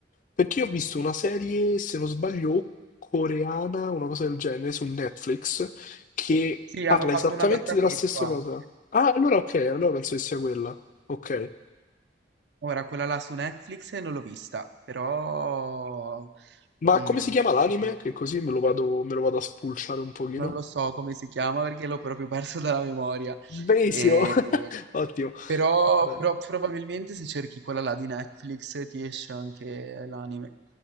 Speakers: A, on the left; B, on the right.
A: Perché io ho visto una serie, se non sbaglio, coreana, una cosa del genere, su Netflix, che
B: Sì,
A: parla
B: hanno fatto
A: esattamente
B: un adattamento
A: della stessa
B: anche.
A: cosa. Ah, allora ok, allora penso che sia quella. Ok.
B: Ora, quella là su Netflix non l'ho vista, però
A: Ma
B: mm,
A: come si chiama
B: penso
A: l'anime?
B: che-
A: Che così me lo vado, me lo vado a spulciare un pochino.
B: non lo so come si chiama perché l'ho proprio perso <laughs> dalla memoria.
A: Benissimo,
B: E-
A: <laughs> ottimo.
B: però
A: Va bene.
B: pro- probabilmente se cerchi quella là di Netflix ti esce anche l'anime.